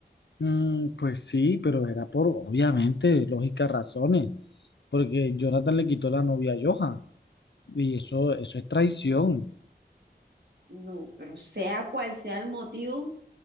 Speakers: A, on the left (about 80°); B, on the right (about 70°).
A: Mm, pues sí, pero era por, obviamente, lógicas razones, porque Jonathan le quitó la novia a Johan, y eso, eso es traición.
B: No, pero sea cual sea el motivo,